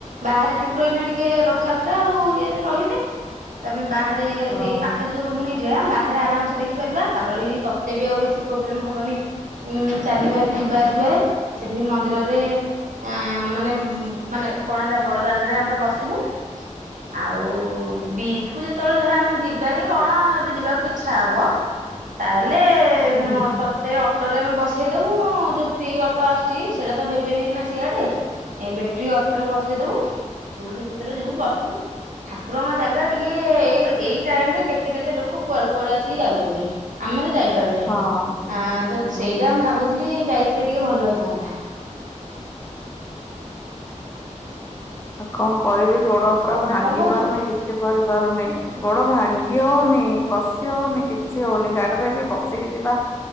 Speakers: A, on the right (about 80°); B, on the left (about 20°).
A: ବାହାରେ ଠାକୁର ଏଇନା ଟିକେ ରଥଯାତ୍ରା ଆଉ ଇଏରେ ରହିବେ। ତମେ ବାହାରେ
B: ହୁଁ
A: ସେଇ ପାଖେ ରେ ଯୋଉ ରୁମ୍ ନେଇଯିବା, ବାହାରେ ଆରାମ୍ସେ ଦେଖିପାରିବା ତାପରେ ବି ତତେ ବି ଆଉ ବେଶୀ ପ୍ରୋବ୍ଲେମ୍ ହବନି ଉଁ ଚାଲିବା କି ଯିବା ଆସିବାରେ, ସେଠି ବି ମନ୍ଦିରରେ ମାନେ-ମାନେ <unintelligible> ବଡ ଦାଣ୍ଡରେ ଆମର ବସିବୁ। ଆଉ ବିଚ୍ କୁ ଯେତବଳେ ଧର ଆମେ ଯିବା କି କଣ ଯଦି ଯିବାକୁ ଇଚ୍ଛା ହବ ତାହେଲେ
B: ହୁଁ
A: ତତେ ଅଟୋ ରେ ଆମେ ବସେଇଦବୁ ଯୋଉ ଫ୍ରି ଅଟ ଆସୁଚି ସେଇଟା ତ ନେବେନି ନା ସିଆଡେ ଏ ବେଟ୍ରୀ ଅଟୋ ରେ ବସେଇ ଦବୁ, ତୁ ସେଠି ଯିବୁ ବସିବୁ। ଠାକୁରଙ୍କ ଜାଗା ଟିକେ ଏଇ-ଏଇ ଟାଇମ୍ ରେ କେତେ-କେତେ ଲୋକ କୁଆଡୁ-କୁଆଡୁ ଆସିକି ଯାଉଚନ୍ତି। ଆମେ ତ ଯାଇପାରୁନେ,
B: ହଁ
A: ଆଁ ତ
B: ହୁଁ
A: ସେଇଟା ମୁ ଭାବୁଥିଲି ଯାଇଥିଲେ ଟିକେ ଭଲ ହେଇଥାନ୍ତା
B: ଆଉ କଣ କରିବି ଗୋଡ ପୁରା ଭାଙ୍ଗି
A: ନା କଣ କହୁଛୁ?
B: ପାରୁନି କି ଛି କରି ପାରୁନି ଗୋଡ ଭାଙ୍ଗି ହଉନି ବସି ହଉନି କିଛି ହଉନି ଗାଡିରେ ବି ବସିକି ଯିବା